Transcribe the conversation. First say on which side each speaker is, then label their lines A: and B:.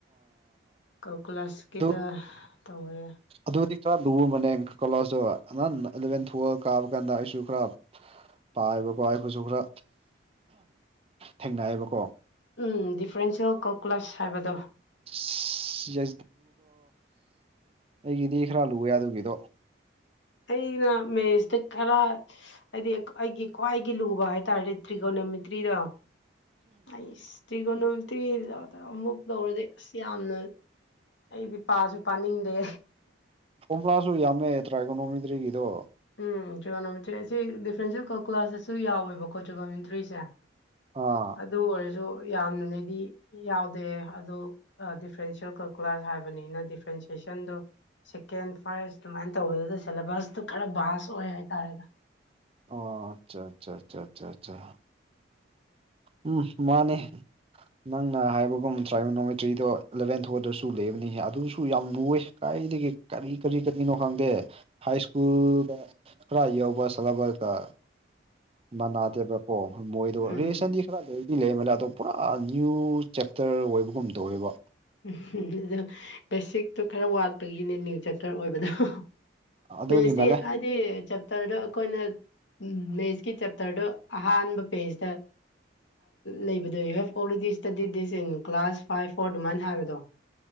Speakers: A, on the left (about 75°); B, on the right (about 30°).
A: ꯀꯜꯀꯨꯂꯥꯁꯀꯤꯗ
B: ꯑꯗꯨ
A: ꯇꯧꯋꯦ
B: ꯑꯗꯨꯗꯤ ꯈꯔ ꯂꯨꯨꯕꯅꯦ ꯀꯣꯂꯥꯁꯁꯨ ꯅꯍꯥꯟ ꯑꯦꯂꯚꯦꯟ ꯇꯨꯋꯜꯕ ꯀꯥꯕ ꯀꯥꯟꯗ ꯑꯩꯁꯨ ꯈꯔ ꯄꯥꯏꯕꯀꯣ ꯑꯩꯈꯣꯏꯁꯨ ꯈꯔ ꯊꯦꯡꯅꯌꯦꯕꯀꯣ
A: ꯑꯨꯝ ꯗꯤꯐ꯭ꯔꯦꯟꯁꯤꯌꯦꯜ ꯀꯣꯀ꯭ꯂꯁ ꯍꯥꯏꯕꯗꯣ
B: <unintelligible> ꯑꯩꯒꯤꯗꯤ ꯈꯔ ꯂꯨꯔꯦ ꯑꯗꯨꯒꯤꯗꯣ
A: ꯑꯩꯅ ꯃꯦꯁꯇ ꯈꯔ ꯍꯥꯏꯗꯤ ꯑꯩꯒꯤ ꯈ꯭ꯋꯥꯏꯒꯤ ꯂꯨꯕ ꯍꯥꯏꯇꯥꯔꯗꯤ ꯇ꯭ꯔꯤꯒꯣꯅꯣꯃꯤꯇ꯭ꯔꯤꯗꯣ ꯍꯥꯢ ꯏꯁꯇ꯭ꯔꯤꯒꯣꯅꯣꯇ꯭ꯔꯤꯗ ꯑꯃꯨꯛ ꯇꯧꯔꯗꯤ ꯑꯁ ꯌꯥꯝꯅ ꯑꯩꯗꯤ ꯄꯥꯁꯨ ꯄꯥꯅꯤꯡꯗꯦ
B: ꯐꯣꯝꯂꯥꯁꯨ ꯌꯥꯝꯃꯦ ꯇ꯭ꯔꯥꯏꯀꯣꯅꯣꯃꯤꯗ꯭ꯔꯤꯒꯤꯗꯣ
A: ꯎꯝ ꯖꯤꯌꯣꯅꯣꯃꯤꯇ꯭ꯔꯤ ꯑꯁꯤ ꯗꯤꯐ꯭ꯔꯦꯟꯦꯜ ꯀꯜꯀꯨꯂ꯭ꯁꯇꯁꯨ ꯌꯥꯎꯋꯦꯕꯀꯣ ꯇꯤꯌꯣꯅꯣꯃꯤꯇ꯭ꯔꯤꯁꯦ
B: ꯑ
A: ꯑꯗꯨ ꯑꯣꯏꯔꯁꯨ ꯌꯥꯝꯅꯅꯦꯗꯤ ꯌꯥꯎꯗꯦ ꯑꯗꯨ ꯗꯤꯐ꯭ꯔꯦꯟꯁꯤꯦꯜ ꯀꯜꯀꯨꯂꯔ ꯍꯥꯏꯕꯅꯤꯅ ꯗꯤꯐ꯭ꯔꯦꯟꯁꯤꯌꯦꯁꯟꯗꯣ ꯁꯦꯀꯦꯟ ꯐꯥꯔꯁ ꯑꯗꯨꯃꯥꯏꯅ ꯇꯧꯕꯗꯨꯗ ꯁꯦꯂꯦꯕꯁꯇꯨ ꯈꯔ ꯚꯥꯁ ꯑꯣꯏ ꯍꯥꯏꯇꯥꯔꯦꯗ
B: ꯑꯣ ꯑꯆꯥ ꯆꯥ ꯆꯥ ꯆꯥ ꯆꯥ ꯎꯝ ꯃꯥꯅꯦ ꯅꯪꯅ ꯍꯥꯏꯕꯒꯨꯝ ꯇ꯭ꯔꯥꯏꯒꯣꯅꯣꯃꯦꯇ꯭ꯔꯤꯗꯣ ꯑꯦꯂꯚꯦꯟ ꯊꯣꯛꯗꯁꯨ ꯂꯩꯕꯅꯤ ꯑꯗꯨꯁꯨ ꯌꯥꯝ ꯂꯨꯋꯦ ꯀꯥꯏꯗꯒꯤ ꯀꯔꯤ ꯀꯔꯤꯗꯅꯣ ꯈꯪꯗꯦ ꯍꯥꯏꯁ ꯁ꯭ꯀꯨꯜꯗ ꯈꯔ ꯌꯧꯕ ꯁꯥꯂꯕꯔꯒ ꯃꯟꯅꯥꯗꯦꯕꯀꯣ ꯃꯣꯏ ꯑꯗꯣ
A: ꯎꯝ
B: ꯔꯤꯂꯦꯁꯟꯗꯤ ꯈꯔ ꯂꯩꯗꯤ ꯂꯩꯕꯅꯦ ꯑꯗꯣ ꯄꯨꯔꯥ ꯅ꯭ꯌꯨ ꯆꯦꯞꯇꯔ ꯑꯣꯏꯕꯒꯨꯝꯗ ꯇꯧꯋꯦꯕ
A: ꯎꯝ ꯑꯗꯣ ꯕꯦꯁꯤꯛꯇꯣ ꯈꯔ ꯋꯥꯠꯄꯒꯤꯅꯦ ꯅ꯭ꯌꯨ ꯆꯦꯞꯇꯔ ꯑꯣꯏꯕꯗꯣ
B: ꯑꯗꯨꯒꯤ
A: ꯃꯦꯁꯗꯤ
B: ꯃꯥꯜꯂꯦ
A: ꯑꯥꯏꯠ ꯁꯤ ꯆꯦꯞꯇꯔꯗꯣ ꯑꯩꯈꯣꯏꯅ ꯃꯦꯠꯁꯀꯤ ꯆꯦꯞꯇꯔꯗꯣ ꯑꯍꯥꯟꯕ ꯄꯦꯖꯇ ꯂꯩꯕꯗꯣ you have already studied this in class five fort ꯑꯗꯨꯃꯥꯏꯅ ꯍꯥꯏꯕꯗꯣ